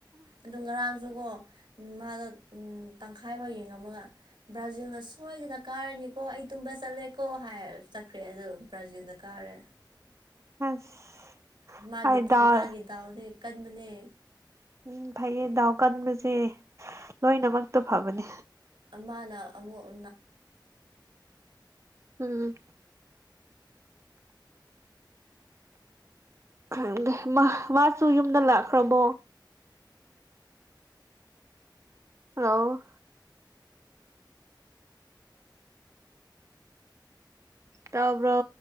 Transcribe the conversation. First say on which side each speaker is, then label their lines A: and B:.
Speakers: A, on the right; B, on the right.
A: ꯑꯗꯨ ꯉꯔꯥꯡꯖꯨꯀꯣ ꯃꯥꯗꯣ ꯇꯪꯈꯥꯏꯕꯧ ꯌꯦꯡꯉꯝꯃꯒ ꯕ꯭ꯔꯥꯖꯤꯜꯅ ꯁꯣꯏꯗꯅ ꯀꯥꯔꯅꯤꯀꯣ ꯑꯩ ꯇꯨꯝꯕ ꯆꯠꯂꯦꯀꯣ ꯍꯥꯏꯔꯒ ꯆꯠ ꯈ꯭ꯔꯦ ꯑꯗꯨꯒ ꯕ꯭ꯔꯖꯤꯜꯅ ꯀꯥꯔꯦ
B: ꯑꯁ
A: ꯃꯥꯒꯤ
B: ꯍꯣꯏ ꯗꯥꯎ
A: ꯃꯥꯒꯤ ꯗꯥꯎꯗꯤ ꯀꯟꯕꯅꯦ
B: ꯎꯝ ꯐꯩꯌꯦ ꯗꯥꯎ ꯀꯟꯕꯁꯦ ꯂꯣꯏꯅꯃꯛꯇ ꯐꯕꯅꯦ
A: ꯃꯥꯅ ꯑꯃꯨꯛ ꯅꯥ
B: ꯎꯝ ꯈꯪꯗꯦ ꯃꯥ ꯃꯥꯁꯨ ꯌꯨꯝꯗ ꯂꯥꯛꯈ꯭ꯔꯕꯣ ꯍꯜꯂꯣ ꯇꯥꯕ꯭ꯔꯣ